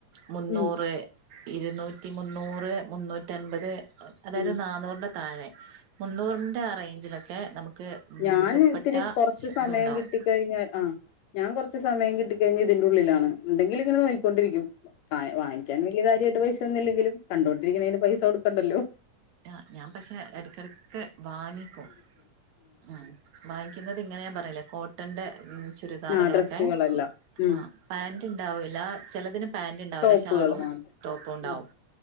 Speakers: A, on the right; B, on the left.
A: മുന്നൂറ്
B: ഉം
A: ഇരുന്നൂറ്റി മുന്നൂറ് മുന്നൂറ്റൻപത് അതായത്
B: ഉം
A: നാന്നൂറിന്റെ താഴെ മുന്നൂറിന്റെ ആ റൈറ്റിലൊക്കെ നമുക്ക് ഉം
B: ഞാന്
A: ദുപ്പട്ട
B: ഇത്തിരി കൊർച്ച് സമയം
A: ഇതുണ്ടാവും
B: കിട്ടി കഴിഞ്ഞാൽ ആ ഞാൻ കൊർച്ച് സമയം കിട്ടി കഴിഞ്ഞ ഇതിന്റെ ഉള്ളിലാണ് ഇണ്ടെങ്കില് ഇങ്ങനെ നോക്കി കൊണ്ടിരിക്ക്യും വാ വാങ്ങിക്ക്യാൻ വല്യയ കാര്യായിട്ട് പൈസ ഒന്നുല്ലെങ്കിലും കണ്ടുകൊണ്ടിരിക്ക്ണേന് പൈസ കൊട്ക്കണ്ടല്ലോ
A: ആഹ് ഞാൻ പക്ഷെ എടക്കടക്ക് വാങ്ങിക്കും ആ വാ ങ്ങിക്കുന്നത് ഇങ്ങനെ ഞാൻ പർഞ്ഞിലേ കോട്ടന്റെ ഉം ചുരിദാറുകളൊക്കെ
B: ആ ഡ്രസ്സുകളെല്ലാം ഉം
A: ആഹ് പാന്റ് ഇണ്ടാവൂല ചെലതിന് പാന്റ് ഇണ്ടാവൂല
B: ടോപ്പുകൾ
A: ഷാളും
B: മാത്രം
A: ടോപ്പും ഉണ്ടാവും
B: ഉം